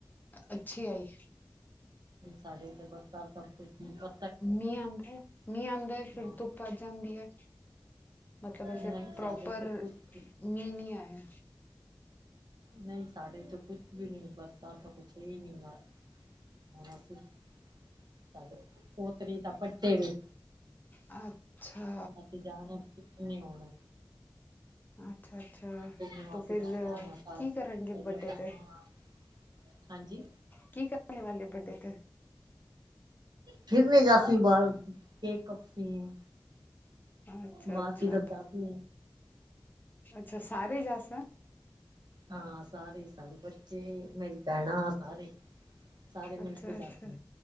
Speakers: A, on the left (about 25°); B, on the right (about 65°).
A: ਅੱਛੀ ਆਈ।
B: ਸਾਡੇ ਇਦਰ ਜ਼ਬਰਦਾਰ ਸਭ ਕੁਛ ਨੀ ਕਰ
A: ਮੀਂਹ ਆਂਦਾ-ਮੀਂਹ ਆਂਦਾ, ਫਿਰ
B: ਹਾਂ
A: ਧੁੱਪ ਆ ਜਾਂਦੀ ਐ। ਮਤਲਬ ਸੇ
B: ਨਹੀਂ
A: ਪ੍ਰੋਪਰ
B: ਸਾਡੇ ਇੱਥੇ ਕੁਛ
A: ਮੀਂਹ ਨੀ ਆਇਆ।
B: ਨਹੀਂ ਸਾਡੇ ਤੇ ਕੁਛ ਵੀ ਨਈ, ਬਰਸਾਤ ਦਾ ਕੁਛ ਹੈਈ ਨਈ ਗਾ। ਹੁਣ ਅਸੀ ਸਾਡੇ ਪੋਤਰੀ ਦਾ ਵੱਡੇ ਵੀ
A: ਅੱਛਾ
B: ਅਸੀਂ ਜਾਣਾ, ਕਿਸੀ ਨੇ ਆਉਣਾ।
A: ਅੱਛਾ ਅੱਛਾ
B: ਉਹਦੀਆਂ ਮਾਸੀਆਂ
A: ਤੇ ਫਿਰ
B: <unintelligible> ਘਰ,
A: ਕੀ ਕਰਾਂਗੇ
B: ਉਹਦੀਆਂ
A: ਬਰਡੇ
B: ਭੈਣਾਂਂ
A: ਤੇ
B: ਹਾਂਜੀ।
A: ਕੀ ਕਰਨੇ ਵਾਲੇ ਵੱਡੇ ਤੇ
B: ਫਿਰ ਵੀ ਅਸੀ ਬਾਹਰ ਕੇਕ ਕੱਪਸੀ।
A: ਅੱਛਾ
B: ਬਾਹਰ
A: ਅੱਛਾ
B: ਕਿਧਰ ਜਾ ਕੇ
A: ਅੱਛਾ, ਸਾਰੇ ਜਾ ਸ
B: ਹਾਂ, ਸਾਰੇ ਸਾਡੇ ਬੱਚੇ ਮੇਰੀ ਭੈਣਾਂ ਸਾਰੇ। ਸਾਰੇ ਮਿਲ
A: ਅੱਛਾ
B: ਕੇ ਜਾਸ
A: ਅੱਛਾ
B: ਨੇ,